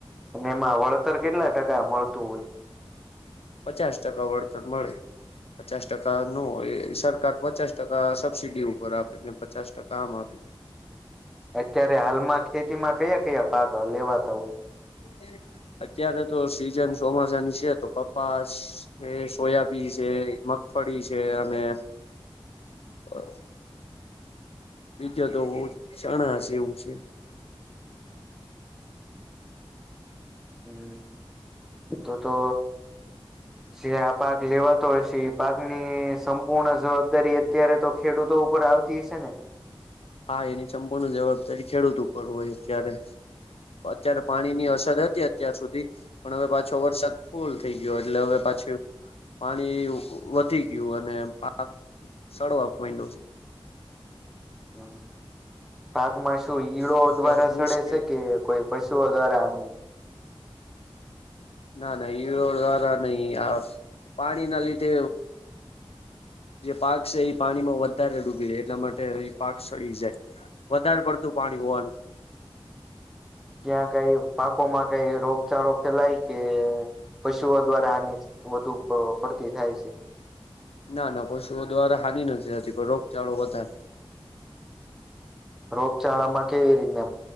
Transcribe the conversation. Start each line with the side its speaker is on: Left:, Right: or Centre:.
Centre: અને એમાં વળતર કેટલા ટકા મળતું હોય
Left: પચાસ ટકા વળતર મળે પચાસ ટકા નો હોય. સરકાર પચાસ ટકા સબસીડી ઉપર આપે ને પચાસ ટકા આમ આપી દે
Centre: <inaudible>
Left: <unintelligible> અત્યારે તો સીઝન ચોમાસાની છે, તો કપાસ, સોયાબીન છે, મ પડી છે અને
Centre: <inaudible>
Left: <unintelligible> બીજો તો બહ ચણા છે એવું છે
Centre: હમ્મ તો તો જે આ પાક લેવાતો હશે એ પાકની સંપૂર્ણ જવાબદારી અત્યારે તો ખેડૂત તો ઉપર આવતી હશે ને
Left: હા એની સંપૂર્ણ જવાબદારી ખેડૂત ઉપર હોય અત્યારે અત્યારે પાણી ની અસર હતી અત્યાર સુધી પણ હવે પાછો વરસાદ ફૂલ થઈ ગયો એટલે હવે <unintelligible> પાણી વધી ગયું અને પાક સળવા મંડ્યો
Centre: <unintelligible> એમાં શું ઈળો
Left: છે અત્યારે
Centre: દ્વારા સડે
Left: મુશ્કેલમાં
Centre: છે કે કોઈ પશુઓ દ્વારા હાની
Left: ના ના એ દારા નહી આપ પાણી ના લીધે જે પાક છે એ પાણીમાં વધારે ડૂબી જાય એટલા માટે એ પાક સડી જાય વધારે પડતું પાણી હોવાનું
Centre: ત્યાં કઈ પાકો માં કઈ રોગચાળો ફેલાય કે? પશુઓ દ્વારા આની વધુ ફ ફરતી થાય છે.
Left: ના ના પશુઓ દ્વારા હાનિ નથી થતી પર રોગચાળો વધારે
Centre: રોગચાળામાં કેવી રીતને